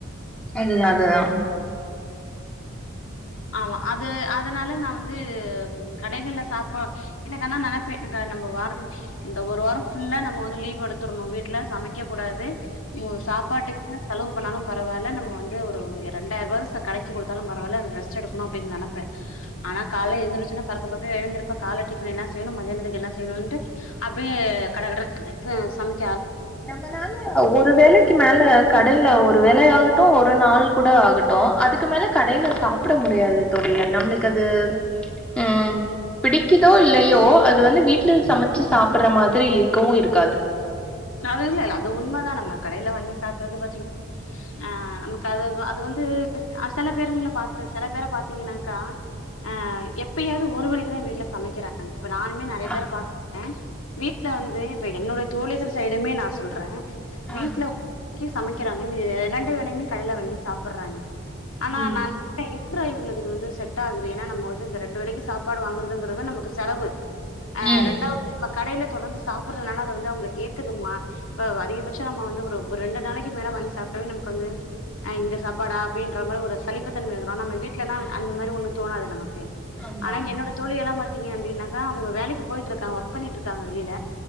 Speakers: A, in the centre; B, on the left.
A: அதுதா அதுதா
B: ஆமா அது அதுனால நா வந்து கடைகள்ல சாப்ப எனக் அனா நனப்பே எனக்கு நம்ம வாரத்துக்கு இந்த ஒரு வார ஃபுல்லா நம்ம வந்து லீவ் எடுத்தர்ணு வீட்ல சமைக்க கூடாது <unintelligible> சாப்பாட்டுக்னா செலவு பண்ணாலு பரவால்ல நம்ம வந்து ஒரு ரெண்டாயருவா ச கடைக்கு குடுத்தாலும் பரவால்ல ரெஸ் ஸா இருக்கனு அப்டின் நெனப்பே ஆனா கால்ல எந்துருச்சொன பரக்க பரக்க எழுந்திருப்ப கால டிஃபன் என்ன செய்யணு மதியானத்துக்கு என்ன செய்ணுன்ட்டு அப்டியே கட கடன் சமக்
A: நம்மனால ஒரு வேளைக்கு மேல கடைல ஒ ரு வேளயாகட்டு ஒரு நாள் கூட ஆகட்டு அதுக்கு மேல கடைல சாப்ட முடியாது தோழி நம்ளுக்கு அது அ பிடிக்கிதோ இல்லையோ அ து வந்து வீட்ல சமச்சி சாப்பிட்ற மாதிரி இருக்கவு இருக்காது
B: <unintelligible> அது உண்ம தா நம்ம கடைல வாங்கி சாப்டது பாத்தீங் ஆ நமக்கு அது அது வந்து அ செல பேருங்கள பாத்த செல பேர பாத்தீங்கன்னாக்கா ஆ எப்பயாது ஒரு வேளக்கி தா வீட்ல சமக்கிறாங்க இப்ப நானுமே நறைய
A: ஆ
B: பேர பாத்துருக்க வீட்ல வந்து இப்ப என்னுடைய தோழிகள் சைடுமே நா சொல்ற வீட்ல
A: ஆ
B: கிஸ் சமைக்கறாங்க ரெண்டு வேலயுமே கடையில வாங்கி சாப்புற்றாங் ஆனா
A: ம்
B: நான் <inaudible> அப்புறோ இவங்களுக்குது வந்து செட் ஆகுது ஏனா நம்ம வந்து இந்த ரெண்டு வேலைக்கு சாப்பாடு வாங்குறதுங்கறது நமக்கு செலவு ஆ
A: ம்
B: ரெண்டாவது நமக் கடையில தொடர்ந்து சாப்புறதுனால அது வந்து அவுங்களுக் ஏத்துக்குமா இப்ப அதிகபட்ச நம்ம வந்து ஒரு ஒரு ரெண்டு நாளைக்கு மேல வாங்கி சாப்டாலே நமக்கு வந்து இந்த சாப்பாடா அப்டின்ற மாரி ஒரு சலிப்புத்தன்ம இப்ப நம்ம வீட்லனா
A: ஆ
B: அந்த மாரி ஒன்னுக் தோணாது நமக்கு கே
A: ஆமா
B: ஆனா என்னோட தொழி எல்லாம் பாத் தீங்க அப்புடின்னாக்கா அவங்க வேலைக்கு போயிட்டு இருக்காங்க ஒர்க் பண்ணிட்டு இருக்காங்க வெளியில